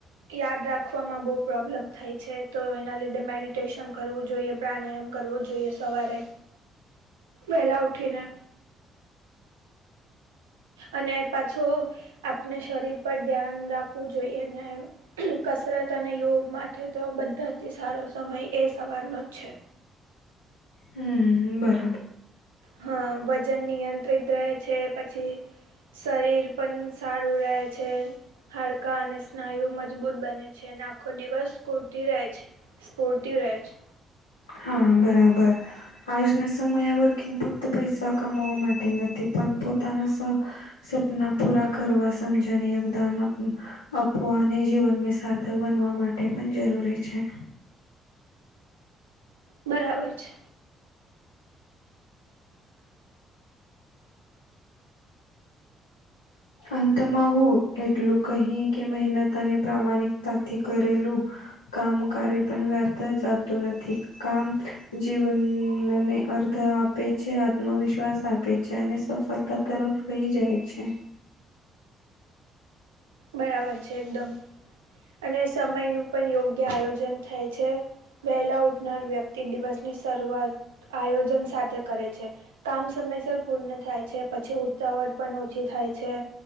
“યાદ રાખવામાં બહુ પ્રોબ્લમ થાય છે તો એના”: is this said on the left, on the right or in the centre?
Right